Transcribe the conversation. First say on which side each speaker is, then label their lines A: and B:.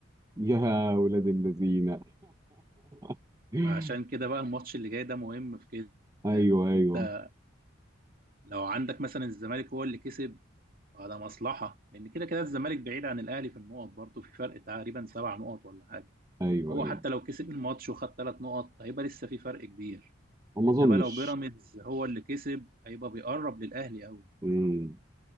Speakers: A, on the right (about 15°); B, on the right (about 45°).
A: يا ولاد الذين <laughs>
B: عشان كده بقى الماتش اللي جاي ده مهم في كده
A: ايوه
B: ان انت
A: ايوه
B: لو عندك مثلا الزمالك هو اللي كسب فده مصلحه لان كده كده الزمالك بعيد عن الاهلي في النقط برضه في فرق تقريبا سبع نقط ولا حاجه
A: ايوه
B: وهو
A: ايوه
B: حتى لو كسب الماتش وخد ثلاث نقط هيبقى لسه في فرق كبير
A: ما
B: انما
A: اظنش
B: لو بيراميدز هو اللي كسب هيبقى بيقرب للاهلي قوي
A: مم.